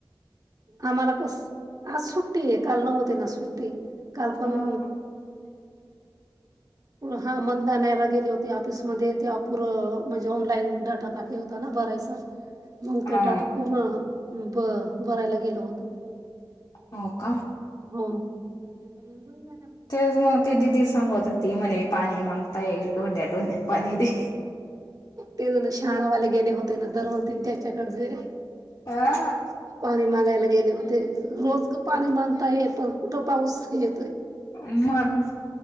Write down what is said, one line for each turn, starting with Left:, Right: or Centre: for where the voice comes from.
Right: आम्हाला कस आज सुट्टी आहे काल नव्हतीना सुट्टी काल पण
Left: हा <unintelligible>
Right: हा मनदानयला गेले होती ऑफिसमध्ये ते अपूर म्हणजे ऑनलाईन डाटा बाकी होता होता ना भरायचा मग
Left: हा
Right: ते डाटा पूर्ण ब भरायला गेलो होतो
Left: हो का
Right: हो <inaudible>
Left: तेचं मग ते दिदी सांगत होती म्हणे पाणी मांगतंय डोंड्या डोंड्या पाणी दे
Right: तेज शणावाले गेले होते ना दरन तीन चारच्याकडचे
Left: हा
Right: त पाणी मागायला गेले होते रोज पाणी मागता ये पण कुठं पाऊस येतोय
Left: म